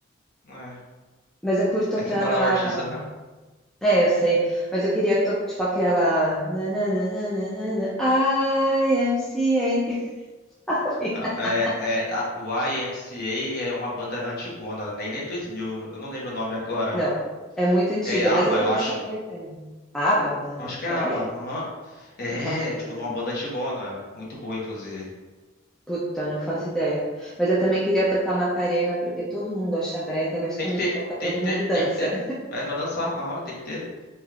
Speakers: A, on the left; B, in the centre.
A: não é,
B: Mas eu curto
A: é
B: aquela.
A: separar o artista, né?
B: É, eu sei. Mas eu queria, to- tipo, aquela. nananana, IMCA. <laughs>
A: Ah, É, é, a YMCA é uma banda antigona, nem nem 2000, eu não lembro o nome agora.
B: Não, é muito antiga,
A: É ABBA,
B: mas essa
A: eu
B: música
A: acho.
B: é meio eterna. ABBA? Não.
A: Acho que é
B: É?
A: ABBA, aham. É,
B: Não faço ideia.
A: tipo, uma banda antigona, muito boa, inclusive.
B: Puta, não faço ideia. Mas eu também queria tocar Macarena, porque todo mundo acha brega, mas
A: Tem
B: quando
A: que ter,
B: toca, todo
A: tem que ter,
B: mundo dança.
A: tem que ter. Vai pra dançar, aham, tem que ter.